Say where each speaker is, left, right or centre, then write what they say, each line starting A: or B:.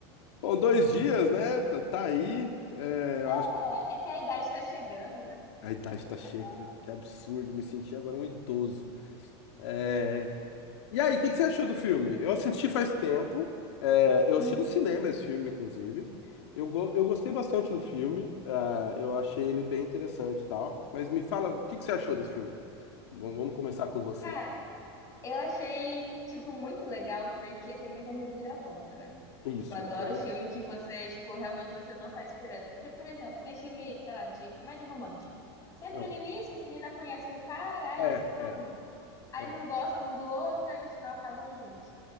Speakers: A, on the left; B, on the left.
A: Bom, dois dias, né? Tá, tá aí. É, eu
B: É,
A: acho.
B: é que a idade tá chegando, né?
A: A idade tá chegando,
B: Aham.
A: que absurdo, me senti agora um idoso. É, E aí, o que que você achou do filme? Eu assisti faz tempo, é, eu assisti
B: Uhum.
A: no cinema esse filme, inclusive. Eu, go- eu gostei bastante do filme, ah, eu achei ele bem interessante e tal. Mas me fala, o que que você achou desse filme? Vamos, vamos começar com você.
B: Cara, Eu achei, tipo, muito legal porque tem muita reviravolta, né?
A: Isso,
B: Tipo, adoro
A: isso é verdade.
B: filme que você, tipo, realmente você não tá esperando. Porque, por exemplo, tem filme, sei lá, de comédia romântica. Sempre
A: Ah,
B: no início a menina conhece um cara, aí
A: É,
B: eles se trombam.
A: é,
B: Aí
A: é,
B: não gostam um do outro, aí no final acabam juntos.